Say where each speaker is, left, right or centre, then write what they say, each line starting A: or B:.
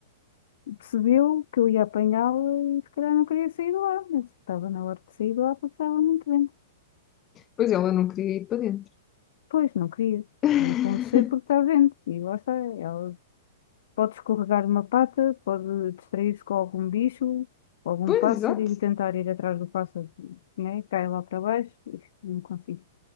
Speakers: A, on the left; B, on the left.
A: percebeu que eu ia apanhá-la e se calhar não queria sair de lá. Eu estava na hora de sair de lá porque estava muito vento.
B: Pois ela não queria ir para dentro.
A: Pois, não queria.
B: <laughs>
A: Mas tem de ser porque está vento. E lá está. Ela pode escorregar uma pata, pode distrair-se com algum bicho, com algum
B: Pois,
A: pássaro
B: exato.
A: e tentar ir atrás do pássaro, né? Cai lá para baixo e não consigo